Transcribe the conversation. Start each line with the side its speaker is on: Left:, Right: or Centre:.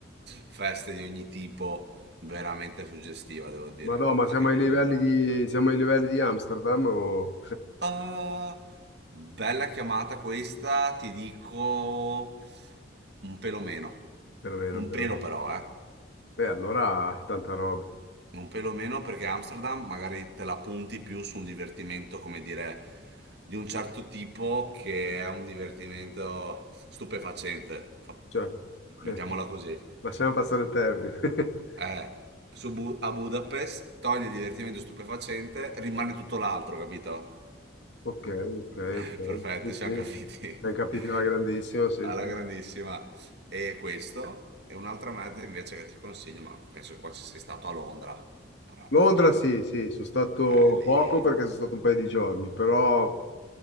Right: <laughs> feste di ogni tipo, veramente suggestiva, devo dire.
Left: ma no, ma siamo
Right: Anche
Left: ai
Right: quella
Left: livelli
Right: è una bella
Left: di,
Right: mano.
Left: siamo ai livelli di Amsterdam o
Right: Ah, bella chiamata questa, ti dico un pelo meno.
Left: perlomeno,
Right: Un
Left: perlomeno.
Right: pelo però, eh.
Left: Eh, allora, tanta roba.
Right: Un pelo meno perché Amsterdam magari te la punti più su un divertimento, come dire, di un certo tipo che è un divertimento stupefacente. Fa-
Left: certo. <laughs>
Right: Mettiamola così.
Left: Lasciamo passare il termine. <laughs>
Right: Eh, su Bu- a Budapest togli il divertimento stupefacente, rimane tutto l'altro, capito?
Left: Ok, ok,
Right: <laughs>
Left: ok.
Right: Perfetto,
Left: Sì,
Right: ci siamo
Left: sì.
Right: capiti.
Left: Ben capito
Right: <laughs>
Left: la grandissima, sì,
Right: Alla
Left: sì.
Right: grandissima. E questo è un'altra meta invece che ti consiglio, ma penso che qua ci sei stato a Londra. Però,
Left: Londra, sì, sì, sono stato
Right: eh, lì...
Left: poco perché sono stato un paio di giorni, però